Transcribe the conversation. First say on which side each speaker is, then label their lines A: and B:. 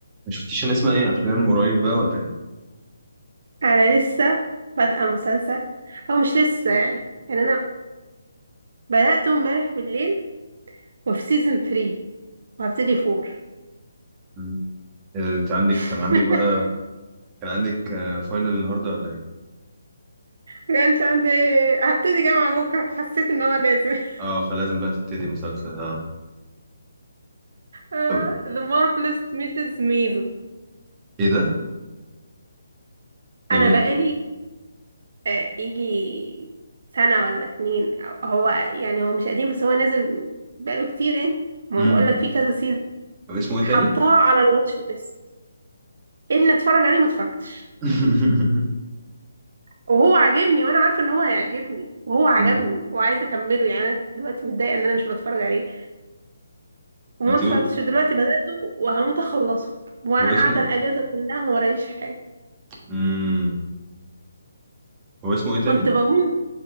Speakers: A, on the right (about 20°); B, on the right (about 60°).
A: ما شفتيش نسمع اي افلام قريب بقى ولا ايه
B: انا لسه بادئه مسلسل او مش لسه يعني يعني انا بدأته امبارح بالليل وفي سيزون 3 وهبتدي 4
A: مم. إيه ده، انت عندك
B: <laughs>
A: كان عندك بقى كان عندك آه، فاينل النهارده ولا ايه
B: كانش عندي هبتدي جامعة بكرة فحسيت ان هو لازم <laughs>
A: اه فلازم بقى تبتدي مسلسل اه
B: آه،
A: طب
B: The Marvelous Mrs. Maisel
A: ايه ده ده
B: انا
A: بيحكي
B: بقالي آه، يجي سنة ولا اتنين أو- هو يعني هو مش قديم بس هو نازل بقاله كتير يعني ما
A: امم
B: بقول لك فيه كذا سيزون
A: طب اسمه ايه
B: حطاه
A: تاني
B: على الواتش ليست ان اتفرج عليه ما اتفرجتش
A: <laughs>
B: وهو عاجبني وانا عارفه ان هو هيعجبني وهو عجبني
A: مم.
B: وعايزه اكمله يعني انا دلوقتي متضايقه ان انا مش بتفرج عليه وما
A: انت
B: اتفرجتش
A: قو-
B: دلوقتي بداته وهموت اخلصه وانا
A: هو
B: قاعده
A: اسمه
B: الاجازه كلها ما ورايش حاجه
A: امم هو اسمه ايه
B: وكنت
A: تاني
B: بموت